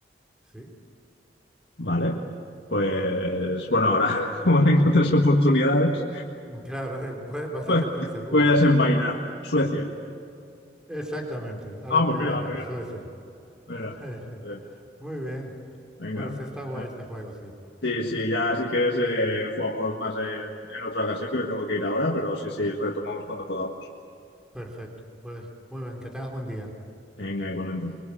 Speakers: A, in the centre; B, on the left.
A: sí,
B: Vale. Pues bueno, ahora <laughs> como tengo tres oportunidades,
A: Claro, el- pues vas
B: pues
A: a acertar seguro.
B: voy a desenvainar. Suecia.
A: Exactamente, a
B: Ah,
A: la
B: pues
A: primera,
B: mira, la primera,
A: Suecia.
B: tú. Mira,
A: <laughs>
B: eh,
A: Muy bien,
B: venga,
A: pues está
B: pues
A: guay
B: mira.
A: este juego, sí.
B: Sí, sí, ya si quieres eh, jugamos más en, en otra ocasión que me tengo que ir ahora, pero sí, sí, retomamos cuando podamos.
A: Perfecto, pues muy bien, que tengas buen día.
B: Venga, igualmente.